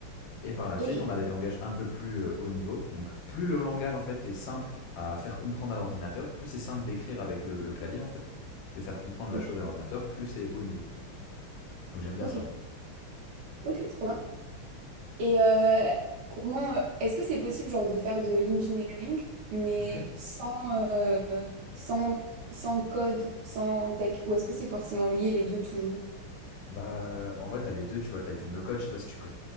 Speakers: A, on the left; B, on the right.
A: Et par la
B: Ok.
A: suite, on a des langages un peu plus euh, haut niveau. Donc, plus le langage en fait est simple à faire comprendre à l'ordinateur, plus c'est simple d'écrire avec le, le clavier en fait, de faire comprendre
B: Ok.
A: la chose à l'ordinateur, plus c'est haut niveau. Donc, j'aime bien
B: Ok.
A: ça, moi.
B: Ok. Trop bien. Et euh, comment euh, est-ce que c'est possible genre de faire de l'engineering mais
A: Mhm.
B: sans euh, sans sans code, sans tech ou est-ce que c'est forcément lié les deux toujours?
A: Bah, euh, en vrai, tu as les deux, tu vois, tu as du no-code, je sais pas si tu, co-